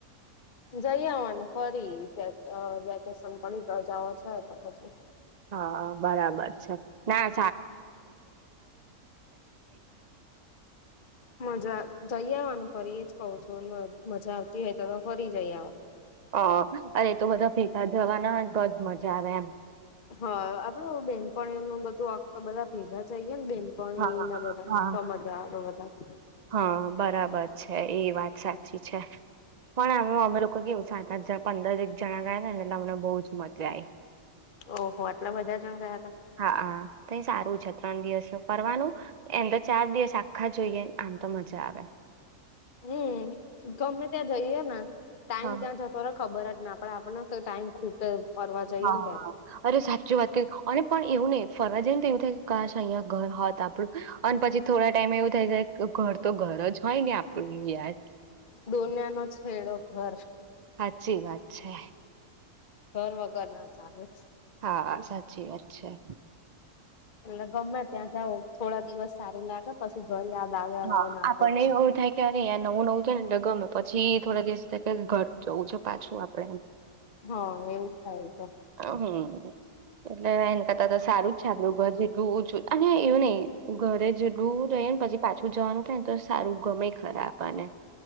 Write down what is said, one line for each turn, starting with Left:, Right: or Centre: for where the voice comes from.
Left: જઈ આવવાનુ ફરી અ વેકેશન પડી જ જાવો છે તો પછી
Right: હા બરાબર છે. ના
Left: મજા જઈ આવવાનું ફરી એ જ કઉ છું એમા મજા આવતી હોય તો તો ફરી જઈ આવા
Right: અ અરે એ તો બધા ભેગા થવાના હોય ને તોજ મજા આવે એમ
Left: હ આપડે ઓ બેનપણીઓ નું બધું આમ તો બધા ભેગા જઈએ ને બેન પણી
Right: હા
Left: ને બધા
Right: હા
Left: તો મજા આવે વધારે.
Right: હા બરાબર છે એ વાત સાચી છે પણ આમે અમે લોકો કેવું સાત આઠ પંદર એક જણા ગયાતાંને એટલે અમને બહુ જ મજા આઇ
Left: ઓહો આટલા બધા જણ ગયા હતા
Right: હા આ તે સારું છે ત્રણ દિવસે ફરવાનું એમતો ચાર દિવસ આખા જોઈએ આમ તો મજા આવે
Left: હમ ગમે ત્યાં જઈએ ને ટાઈમ
Right: હા
Left: ક્યાં જતો રે ખબર જ ને આપડે આપણને કોઈ ટાઈમ ખૂટે ફરવા જઈએ
Right: હા
Left: ને ત્યારે
Right: અરે સાચી વાત કરી અને પણ એવું નહી ફરવા જઇયે ને એવું થાય કાશ અઇયા ઘર હોત આપડું અને પછી થોડા ટાઈમ એવું થઈ જાય ઘર તો ઘર જ હોય ને આપણું યાાર
Left: દોનિયા નો છેડો ઘર
Right: સાચી વાત છે
Left: ઘર વગર ના ચાલે
Right: હા સાચી વાત છે
Left: એટલે ગમે ત્યાં જાવ થોડા દિવસ સારું લાગે પછી ઘર યાદ આવે આવે
Right: હા
Left: ને આવે
Right: આપણને
Left: જ.
Right: એવું થાય કે અરે યાર નવું નવું છે ને એટલે ગમે પછી થોડા દિવસ <unintelligible> ઘર જવું છે પાછું આપડે
Left: હ એવું જ થાય છે
Right: હમ એટલે એન કરતા તો સારું જ છે આપલું ઘર જેટલું ઓછું અને એવું નહી ઘરે જ જેટલું દૂર રહી ને પછી પાછું જવાનું તો સારું ગમેય ખરા આપડને